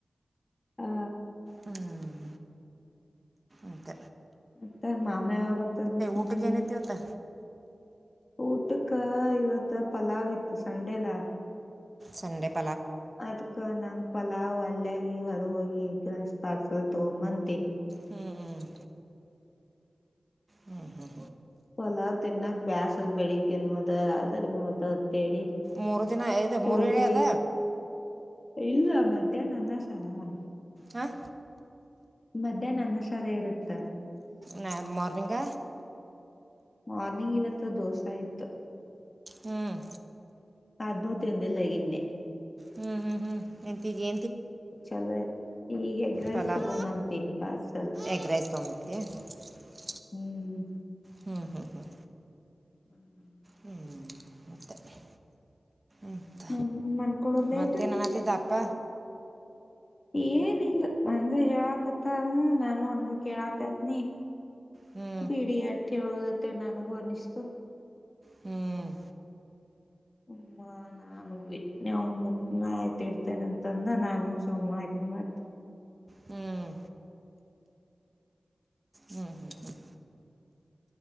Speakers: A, on the left; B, on the right.
A: ಹಾ.
B: ಹ್ಮ್ ಅದ.
A: ಮತ್ತ ಮಾಮ ಯಾವಾಗ ಬರ್ತಾರ ಮತ್ತ
B: ಊಟಕ್ಕೆ
A: ನಾಳಿಗಿ.
B: ಏನೈತಿ ಇವತ್ತು
A: ಊಟಕ್ಕ ಇವತ್ತ ಪಲಾವ್ ಇತ್ತು ಸಂಡೆಲ್ಲಾ.
B: ಸಂಡೆ ಪ.
A: ಅದ್ಕ ನಂಗ ಪಲಾವ ವಲ್ಲ್ಯಾಗಿ ಹೊರ ಹೋಗಿ ಎಗ್ ರೈಸ್ ಪಾರ್ಸಲ್ ತಗೊಂದ ಬಂದ.
B: ಹ್ಮ್ ಹ್ಮ್. ಹ್ಮ.
A: ಹೊಲಾವ್ ತಿನ್ನಾಕ್ ಬ್ಯಾಸದ ಬೆಳಿಗ್ಗೆ ನ ಅದ ರತ್ರಿನೂ ಅದ. ಅಂತೇಳಿ
B: ಮೂರು ದಿನ ಐದು ಮೂರುಗಡೆ
A: ಹೋಗಿ
B: ಅದ.
A: ಇಲ್ಲ ಮಧ್ಯಾಹ್ನ ಅನ್ನ ಸರರವ್ವ.
B: ಹಾಂ.
A: ಮಧ್ಯಾಹ್ನ ಅನ್ನ ಸಾರು ಇರುತ್ತ.
B: ನ ಮಾರ್ನಿಂಗ.
A: ಮಾರ್ನಿಂಗ್ ಇವತ್ತ ದೋಸೆ ಇತ್ತು.
B: ಹ್ಮ್.
A: ಅದ್ನು ತಿಂದಿಲ್ಲ ಇನ್ನೇ.
B: ಹ್ಮ್ ಹ್ಮ್ ಹ್ಮ್ ಎಂತಿಗೆ.
A: ಹ ಚಲ್ಲ. ಈಗ್ ಎಗ್ರೈಸ್
B: ಪಲಾವ್
A: ತಗೊಂದ್ ಬರ್ತೀನಿ ಪಾರ್ಸಲ್.
B: ಎಗ್ ರೈಸ್ ತೊಗೊಂಬಿದ್ದೆ <inaudible>
A: ಹ್ಮ್.
B: ಹ್ಮ್ ಹ್ಮ್ ಹ್ಮ್.
A: <inaudible>
B: ಹ್ಮ್ ಮತ್ತೆ. ಅಂತ
A: ಹ್ಮ್ ಮನ್ಕಳೋದ್ ಲೇಟು
B: ಮತ್ತೇನು
A: ನಿಮ್ದೆ
B: ಅನ್ನತ್ತಿದ್ದ
A: ನಿನ್ನು?
B: ಅಪ್ಪ
A: ಏನಿಲ್ಲ ಒಂದೇ ಹೇಳಾಕತ್ತಾಳು ನಾನು ಹಂಗ ಕೇಳಾಕತ್ನಿ.
B: ಹ್ಞೂ
A: ಬಿಡಿ ಆಟ್ ಹೇಳೇದತ್ತೆ ನನಗೂ ಅನ್ನಿಸ್ತು.
B: ಹ್ಮ್
A: ಹು ನಾನುನೆ ನಾವ್ ಮುಟ್ಟನ ಆಯ್ತ ಇಡ್ತೇನೆ ಅಂತಂದ ನಾನು ಸುಮ್ ಅದ್ನೇ ಮತ್ತೆ
B: ಹ್ಮ್. ಹ್ಮ್ ಹ್ಮ್ ಹ್ಮ್